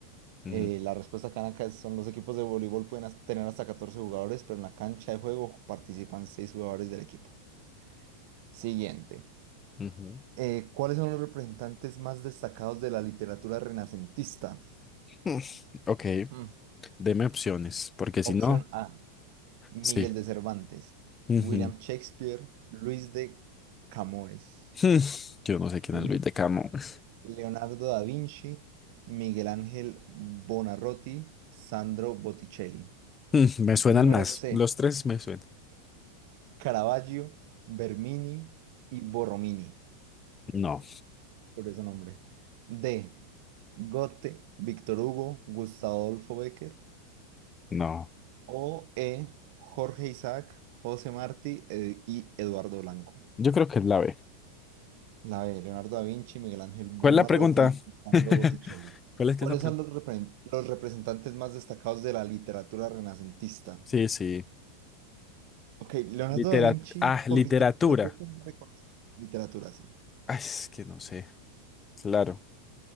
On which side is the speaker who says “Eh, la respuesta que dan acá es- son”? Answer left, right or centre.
Right